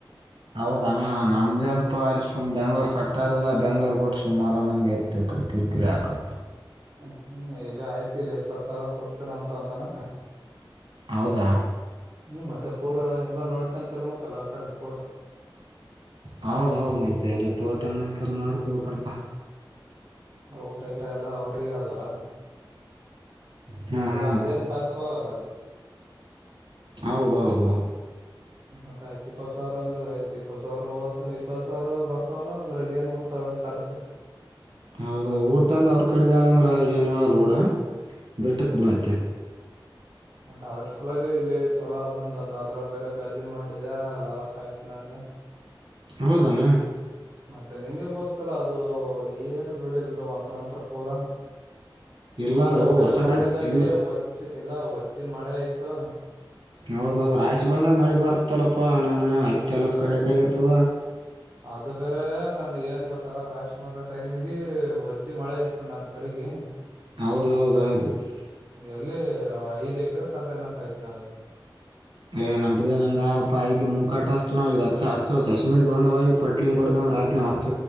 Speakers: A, on the right (about 80°); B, on the right (about 40°).
A: ಹೌದಣ ನಮ್ದೇ ಅನಪ ಅಲ್ಲಿಮ್ ಬೆಂಗ್ಳೂರ್ ಸಟ್ಟ <unintelligible> ಟಲ್ಲ ಬೆಂಗ್ಳೂರ್ ಬುಟ್ಸು ಹೊಲ <unintelligible> ಮನಿ ಆಯತು ಅಡೆ ಕಿರಿಕಿರಿ ಹಾಕು
B: ಹ್ಮ್ <unintelligible> ಇಲ್ಲ ಆಯ್ತ ಇಲ್ಲಿ ಇಪ್ಪತ್ತು ಸಾವಿರ ಕೊಡ್ತೇನ ಅಂತ ಅಂದಾನ
A: ಹೌದಾ
B: ಹ್ಮ್ ಮತ್ತೆ ಪೂರಾ ಎಲ್ಲ ನೋಡ್ಕಂನತ್ತಿರ್ಬೇಕಾಲ ಆಕಡೆ ಪೂರಾ
A: ಹೌದ ಹೌದ್ಮತಿ <unintelligible> ಎಲ್ಲ ತೋಟನ್ನಕಲ್ಲ ನೋಡ್ಕೋಬೇಕಲ್ಪ
B: ಊಟ ಗಿಟಾ ಎಲ್ಲ <unintelligible> ಅವ ರೆಡಿ ಆದಲ್ಲ <unintelligible>
A: ಹಾಂ
B: ಮತ್ತೆ
A: ಹಾಂ
B: ನಮ್ದೇನ್ ಖರ್ಚು ಹೋಗದ ಅಲ್ಲಿ
A: ಹೌದೌದು
B: ಮತ್ತೆ ಐತಿ ಏಪತುಸಾವಿರ ಅಂದ್ರೆ ಇಪಾತುಸಾವಿರ <unintelligible> ಇಪಾತುಸಾವಿರ ಬರ್ತಾವಲ್ಲಾ ಅದ್ರಾಗ ಏನು ಓ್ತಾವ <unintelligible> ಕರ್ತ
A: ಹೌದು ಊಟಲ್ಲಿ ಅವ್ರ ಕಡೆಗೆ ಆದ ಅಂದ್ರೆ ಏನು ಆಗಲ್ಲ ಬೂಡ <unintelligible> ಗಿಟಾಕ್
B: ಹ್ಮ್
A: ಬರುತ್ತೆ
B: ಮತ್ ಅದ್ರ ಸಲಾಗ ಇಲ್ಲಿ ಚೊಲೋ ಅದಂತಂದ್ರ ಅದ್ರ ಬೇರೆ ಗದ್ದೆ ಮಾಡಿದೆ ಲಾಸ್ ಆಯ್ತು ನಂಗ
A: ಹೌದನಾ
B: ಮತ್ತೆ ನಿಂಗೆ ಗೊತ್ತಲ್ಲ ಅದು ಏನು ಬಿಳಲಿಲ್ಲ <unintelligible> ಒಂದ ಅಂತ್ರ ಪೂರ
A: ಇಲ್ಲ
B: ಹದಾಗ
A: ಅದು
B: ಬೇರೆ
A: ಹೊಸ
B: ಮಾಡಿದಲ್ಲಿ
A: ಗದ್ದೆ ಇಲ್ಲ
B: ವಜ್ಜ್ ಇಲ್ಲ ವಜ್ಜಿ ಮಳೆ ಆಯ್ತು <unintelligible>
A: ಹೌದ್ ಹೌದು್ ರಾಶಿ ಬಂದಾಗ ಮಳೆ ಬರ್ತಲ್ಲಪ್ಪಾ ನನ್ ಅಚ್ಚ ಎಲಸ್ ಕಡಕ್ ಆಗಿರ್ತವ <unintelligible>
B: ಅದು ಬೇರೆ ನಾನ್ಗೆ ಏನ್ ಗ <unintelligible> <unintelligible> ಮ ರಾಶಿ ಮಾಡೋ ಟೈಮಗೆ ಒಜ್ಜ ಮಳೆ ಐತ್ಕ್ ನನ್ ಕಡೆಗೆ
A: ಹೌದೌದೌದು <unintelligible>
B: ಎಲ್ಲಿ ಐದ್ ಎಕರೆ ಸಾತನಾಸ್ ಆಯ್ತು ನನಗೆ
A: ಏ ನಂಬ್ದ <unintelligible> ನಂಗ ಆಲ್ಪ ಈಕ ಮೂ ಕಟ್ಟಸ್ತ ನಾವ ಈ ಹಚ್ಚ ಹಸ ಸಸಿಮಿಡ್ <unintelligible> ಬಂದ ಈಗ ಪಟ್ಲಿಂಗ ಕೊಡ್ದ <unintelligible> ರಾಜ್ಯ ಹಸ <unintelligible>